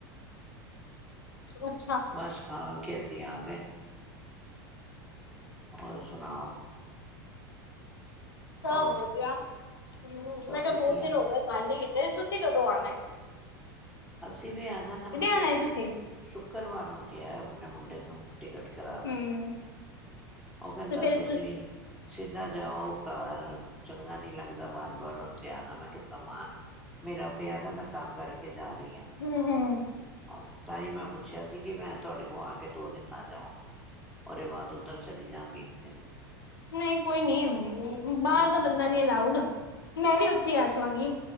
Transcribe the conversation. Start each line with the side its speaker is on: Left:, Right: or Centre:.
Left: ਚ। <unintelligible>
Centre: ਬਸ ਖਾ ਕੇ ਅਸੀਂ ਆ ਗਏ ਹੋਰ ਸੁਨਾਓ
Left: ਸਭ
Centre: ਔਰ
Left: ਵਧੀਆ ਹਮ
Centre: ਸਭ
Left: ਮੈਂ ਕਿਹਾ
Centre: ਵਧੀਆ
Left: ਬਹੁਤ ਦਿਨ ਹੋ ਗਏ ਗੱਲ ਨੀ ਕੀਤੀ ਤੁਸੀਂ ਕਦੋਂ ਆਉਣਾ ਐ
Centre: ਅਸੀਂ ਵੀ ਆ ਜਾਨਾ ਮਤਲਬ
Left: ਆਣਾ ਤੁਸੀਂ
Centre: ਸ਼ੁੱਕਰਵਾਰ ਨੂੰ ਕਿਹਾ ਆਪਣੇ ਮੁੰਡੇ ਨੂੰ ਟਿਕਟ ਕਰਾ ਦੇ
Left: ਹਮ
Centre: ਉਹ ਕਹਿੰਦਾ
Left: ਤੇ ਫਿਰ
Centre: ਤੁਸੀਂ ਸਿੱਧਾ ਜਾਓ ਘਰ ਚੰਗਾ ਨਹੀਂ ਲੱਗਦਾ ਵਾਰ ਵਾਰ ਉੱਥੇ ਆਣਾ ਮੈਂ ਕਿਹਾ ਸਮਾਨ ਮੇਰਾ ਪਿਆ ਦਾ ਮੈਂ ਤਾਂ ਕਰਕੇ ਜਾ ਰਹੀ ਆਂ
Left: ਹਮ ਹਮ
Centre: ਆਹ ਤਾਂ ਹੀ ਮੈਂ ਪੁੱਛਿਆ ਸੀ ਕਿ ਮੈਂ ਤੁਹਾਡੇ ਕੋਲ ਆ ਕੇ ਦੋ ਦਿਨ ਲਾ ਜਾਵਾਂ ਉਹਦੇ ਬਾਅਦ ਉੱਧਰ ਚਲੀ ਜਾਂਗੀ ਇੱਕ ਦਿਨ
Left: ਨਹੀਂ ਕੋਈ ਨੀ <unintelligible> ਬਾਹਰ
Centre: ਹਾਂ
Left: ਦਾ ਬੰਦਾ ਨੀ ਅਲਾਊਡ ਮੈਂ ਵੀ ਉੱਥੇ ਆ ਜਾਵਾਂਗੀ